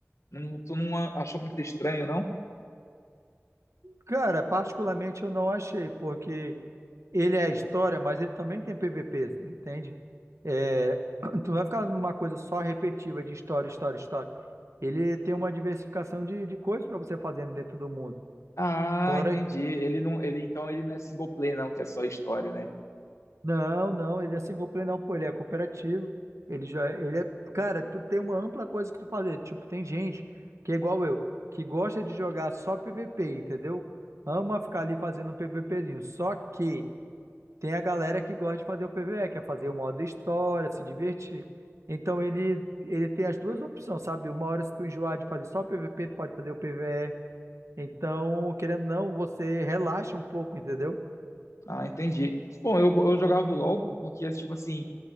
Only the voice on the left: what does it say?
Não, tu não a- achou muito estranho, não?
Ah,
entendi.
Ele não, ele então ele não é single play, não, que é só história, né?
Ah, entendi. Bom, eu, eu jogava o LoL pô, porque, tipo assim,